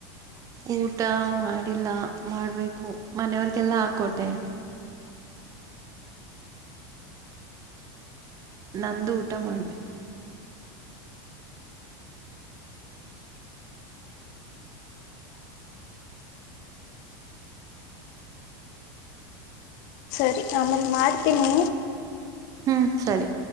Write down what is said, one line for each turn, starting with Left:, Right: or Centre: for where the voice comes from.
Right: ಊಟ ಮಾಡಿಲ್ಲ ಮಾಡಬೇಕು ಮನೆಯವ್ರಿಗೆಲ್ಲ ಹಾಕೊಟ್ಟೆ. ನಂದು ಊಟ ಮಾಡ್ಬೇಕು.
Left: ಸರಿ ಆಮೇಲೆ ಮಾಡ್ತೀನಿ.
Right: ಹೂಂ ಸರಿ